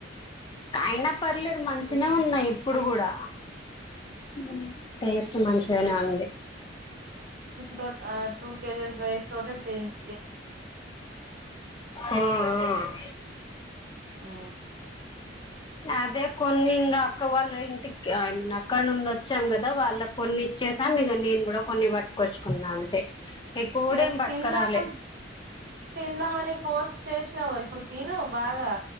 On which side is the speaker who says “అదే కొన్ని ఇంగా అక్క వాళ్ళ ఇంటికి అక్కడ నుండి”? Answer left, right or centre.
Left